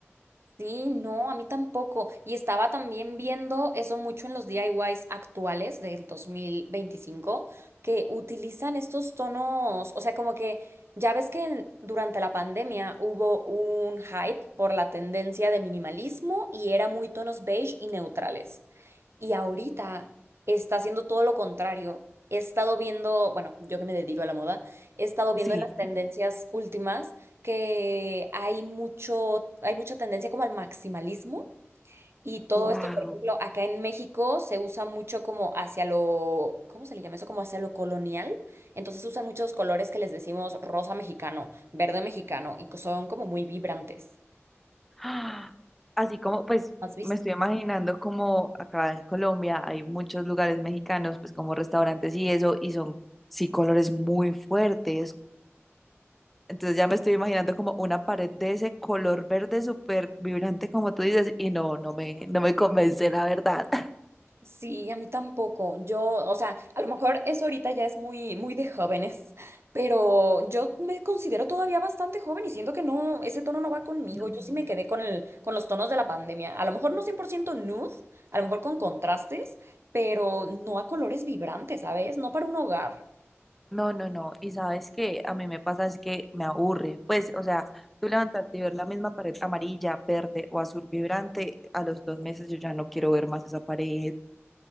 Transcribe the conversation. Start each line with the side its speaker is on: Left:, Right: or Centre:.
Right: Sí, no, a mí tampoco. Y estaba también viendo eso mucho en los DIYs actuales del 2025, que utilizan estos tonos, o sea, como que ya ves que en- durante la pandemia hubo un hype por la tendencia de minimalismo y era muy tonos beige y neutrales. Y ahorita está haciendo todo lo contrario. He estado viendo, bueno, yo que me dedico a la moda, he estado viendo
Centre: Sí.
Right: en las tendencias últimas que hay mucho, hay mucha tendencia como al maximalismo y todo
Centre: Wow.
Right: esto, por ejemplo, acá en México se usa mucho como hacia lo, ¿cómo se le llama eso? Como hacia lo colonial. Entonces usan muchos colores que les decimos rosa mexicano, verde mexicano y que son como muy vibrantes.
Centre: <gasps> ¡Ah! Así como, pues,
Right: ¿Has visto?
Centre: me estoy imaginando como acá en Colombia hay muchos lugares mexicanos, pues como restaurantes y eso, y son, sí, colores muy fuertes. Entonces ya me estoy imaginando como una pared de ese color verde súper vibrante, como tú dices, y no, no me, no me convence, la verdad. <laughs>
Right: Sí, a mí tampoco. Yo, o sea, a lo mejor eso ahorita ya es muy, muy de jóvenes, pero yo me considero todavía bastante joven y siento que no, ese tono no va conmigo.
Centre: No,
Right: Yo sí me quedé con el, con los tonos de la pandemia. A lo mejor no 100% nude, a lo mejor con contrastes, pero no a colores vibrantes, ¿sabes? No para un hogar.
Centre: no, no, no. Y sabes que a mí me pasa es que me aburre. Pues, o sea, tú levantarte y ver la misma pared amarilla, verde o azul vibrante, a los dos meses yo ya no quiero ver más esa pared.